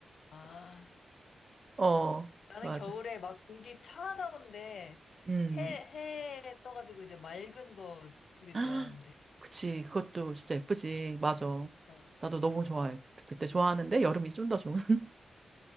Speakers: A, on the left (about 60°); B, on the right (about 30°).
A: 아.
B: 어,
A: 나는
B: 맞아.
A: 겨울에 막 공기 차가운데
B: 음.
A: 해, 해 떠가지고 이제 맑은 거 되게
B: <gasps>
A: 좋아하는데.
B: 그치. 그것도 진짜 예쁘지. 맞아.
A: 어, 어,
B: 나도 너무
A: 어.
B: 좋아해. 그때 좋아하는데 여름이 좀 더 좋은. <laughs>